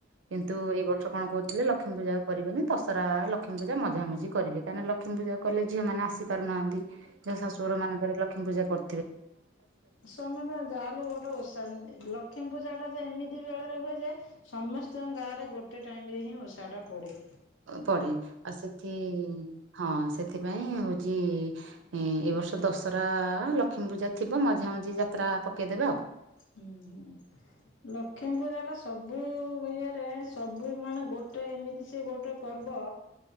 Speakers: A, on the right (about 80°); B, on the left (about 80°).
A: କିନ୍ତୁ ଏଇ ବର୍ଷ କଣ କହୁଥିଲେ ଲକ୍ଷ୍ମୀ ଲକ୍ଷ୍ମୀ ପୂଜାକୁ କରିବେନି। ଦଶରା ଲକ୍ଷ୍ମୀ ପୂଜା ମଝା ମଝି କରିବେ କାହିଁକିନା ଲକ୍ଷ୍ମୀ ପୂଜାକୁ କଲେ ଝଅମାନେ ଆସିପାରୁନାହାନ୍ତି। ଯାହା ଶାଶୁଘର ମାନଙ୍କରେ ଲକ୍ଷ୍ମୀ ପୂଜା କରୁ
B: ସମ ତ ଯାହାହେଲେ ଗୋଟୋ ଓଷା ଲକ୍ଷ୍ମୀ ପୂଜା ଟା ଯେ ଏମିତି? ସେତିିକି ବେଳରେ ହୁଏ ଯେ ସମସ୍ତଙ୍କ ଗାଁରେ ଗୋଟେ ଟାଇମରେ ହିଁ ଓଷାଟା ପଡ଼େ।
A: ପଡେ ଆଉ ସେଥି ହଁ ସେଥିପାଇଁ ହଉଛି ଇଁ ଏ ବର୍ଷ ଦଶରା ଲକ୍ଷ୍ମୀ ପୂଜା ଥିବ ମଝା ମଝି ଯାତ୍ରା ପକେଇଦେବେ ଆଉ।
B: ହୁଁ ହୁଁ ଲକ୍ଷ୍ମୀ ପୂଜା ଟା ସବୁ ଇଏରେ ସବୁ ମାନେ ଗୋଟେ ଗୋଟେ ଏମିତି ସେ ଗୋଟେ ପର୍ବ